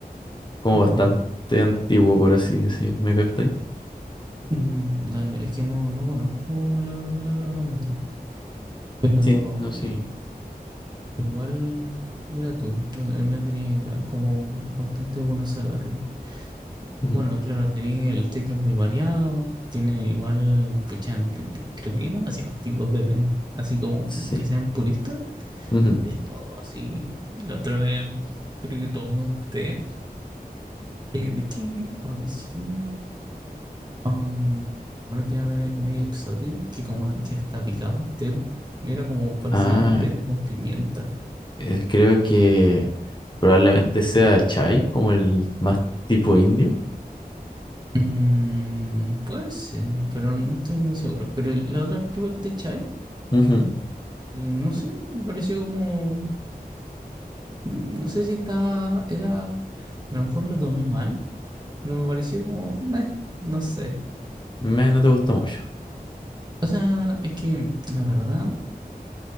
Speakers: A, on the left; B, on the right.
A: Como
B: no
A: bastante
B: conozco.
A: antiguo, por así decir. ¿Me captáis?
B: Mm, dale, es que no, no conozco la verdad la bergamota. Pero
A: Sí, no, sí.
B: i- igual, mira tú, no, te- no tenía idea, es como bastante bueno saberlo.
A: Ujú,
B: Bueno, claro, tenía el té que es muy variado, tiene igual, pucha, te- te- creo que hay demasiados tipos de té, así como
A: Sí.
B: que sean puristas,
A: ujú.
B: de todo, así. La otra vez creo que tomé un té. Eh, ¿De qué? Ahora sí. Um, bueno, que era mere- medio exótico, que como que hasta picaba. Té, era como parecía
A: Ah,
B: un té con pimienta.
A: eh, creo que probablemente sea chai, como el más tipo indio.
B: Mm, puede ser, pero no estoy muy seguro. Pero la otra vez probé el té chai
A: Ujú.
B: y no sé, me pareció como. mm, No sé si estaba. Era. A lo mejor lo tomé mal, pero me pareció como. meh, no sé.
A: Me, no te gustó mucho.
B: O sea, es que la verdad